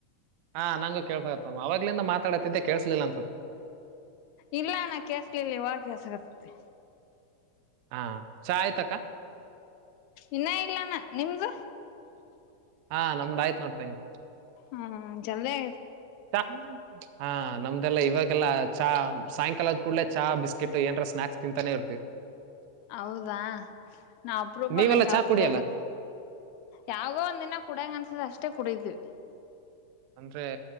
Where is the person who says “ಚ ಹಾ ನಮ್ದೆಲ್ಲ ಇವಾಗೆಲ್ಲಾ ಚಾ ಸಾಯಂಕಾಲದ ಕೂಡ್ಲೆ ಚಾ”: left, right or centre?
Right